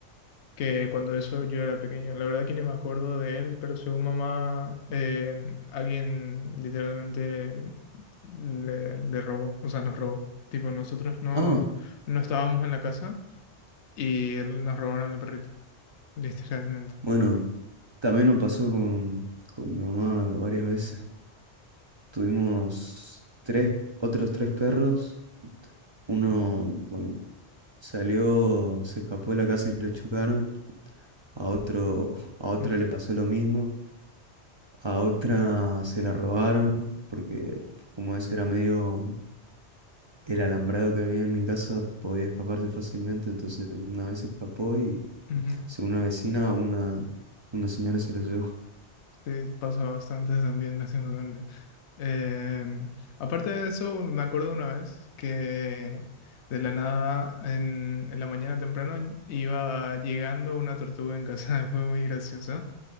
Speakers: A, on the left (about 75°); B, on the right (about 35°).
A: que cuando eso yo era pequeño. La verdad que ni me acuerdo de él, pero según mamá, eh, alguien literalmente le, le robó, o sea, nos robó. Tipo, nosotros no,
B: Ah,
A: no estábamos en la casa y nos robaron el perrito, <laughs> literalmente.
B: bueno, también nos pasó con, con mi mamá varias veces. Tuvimos tres, otros tres perros. Uno, bueno, salió, se escapó de la casa y lo chocaron. A otro, <laughs> a otra
A: Uf,
B: le pasó lo mismo. A otra se la robaron porque como ese era medio el alambrado que había en mi casa podía escaparse fácilmente, entonces una vez se escapó y
A: ujú.
B: Según una vecina, una, una señora se lo llevó.
A: Sí, pasa bastante también, lastimosamente. Em, aparte de eso, me acuerdo una vez que de la nada en, en la mañana temprano iba llegando una tortuga en casa, <laughs> fue muy gracioso.